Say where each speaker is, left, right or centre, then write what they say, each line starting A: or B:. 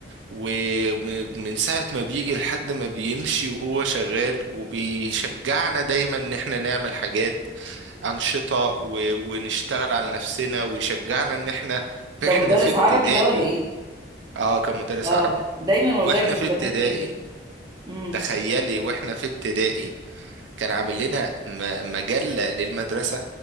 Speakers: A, on the right; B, on the right.
A: ومن ساعة ما بيجي لحد ما بيمشي وهو شغال وبيشجعنا دايما ان احنا نعمل حاجات أنشطة و- ونشتغل على نفسنا ويشجعنا ان احنا
B: ده
A: احنا
B: مدرس
A: في ابتدائي
B: عربي ده ولا ايه
A: اه كان مدرس
B: اه
A: عربي
B: دايما والله
A: واحنا
B: كان
A: في
B: زمان
A: ابتدائي
B: كده امم
A: تخيلي واحنا في ابتدائي كان عامل لنا م- مجلة للمدرسة